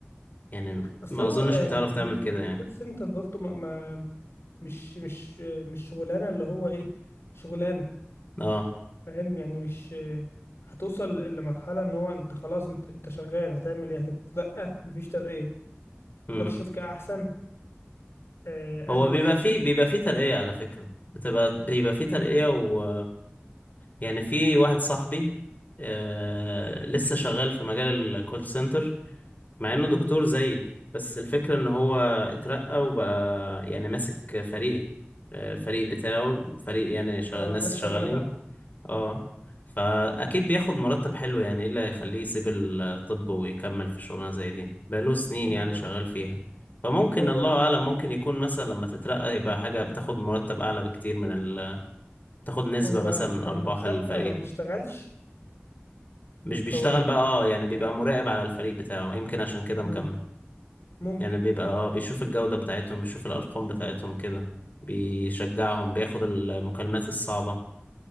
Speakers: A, on the left; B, on the left.
A: يعني
B: اصل
A: ما
B: هو
A: أظنش
B: آه،
A: هتعرف
B: هو ال-
A: تعمل
B: ال-
A: كده
B: الكول
A: يعني
B: سنتر برضه ما ما- مش مش آه، مش شغلانه اللي هو ايه شغلانه
A: اه
B: فاهم يعني مش آه، هتوصل لمرحله ان هو انت خلاص انت, انت شغال هتعمل ايه هتترقى مفيش ترقيه
A: امم
B: تروح شركه احسن آه،
A: هو
B: اهلا
A: بيبقى
B: وسهلا
A: فيه بيبقى فيه ترقية على فكرة بتبقى بيبقى فيه ترقية و يعني في واحد صاحبي آه لسه شغال في مجال الكول سنتر مع انه دكتور
B: مم.
A: زيي بس الفكرة ان هو اترقى وبقى يعني ماسك فريق آه، فريق بتاعه فريق يعني شغ...
B: اه
A: ناس
B: الناس شغاله
A: شغالين
B: تحت
A: اه فاكيد بياخد مرتب حلو يعني ايه اللي هيخليه يسيب الطب ويكمل في شغلانة زي دي بقاله سنين
B: هو
A: يعني شغال فيها فممكن
B: هو
A: الله
B: ال-
A: اعلم ممكن يكون مثلا لما تترقى يبقى حاجة بتاخد مرتب اعلى بكتير من ال... تاخد نسبة
B: هو
A: مثلا من
B: لما
A: ارباح
B: ترقى
A: الفريق
B: ما بيشتغلش
A: مش بيشتغل
B: هو لما
A: بقى اه يعني بيبقى مراقب على الفريق بتاعه يمكن عشان كده
B: مم.
A: مكمل
B: ممكن
A: يعني بيبقى اه بيشوف الجودة بتاعتهم بيشوف الأرقام بتاعتهم كده بيشجعهم بياخد المكالمات الصعبة